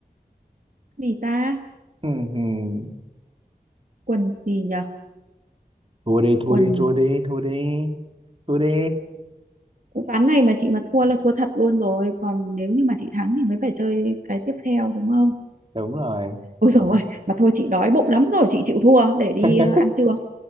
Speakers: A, on the right (about 55°); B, on the right (about 35°).
A: gì ta
B: Ừm,
A: quần gì nhở
B: thua đi thua
A: quần
B: đi thua đi thua đi thua đi
A: ván này mà chị mà thua là thua thật luôn rồi còn nếu như mà chị thắng thì mới phải chơi cái tiếp theo đúng không
B: đúng rồi
A: ôi dồi ôi mà thôi chị đói bụng lắm rồi chị chịu thua để đi
B: <laughs>
A: ờ, ăn trưa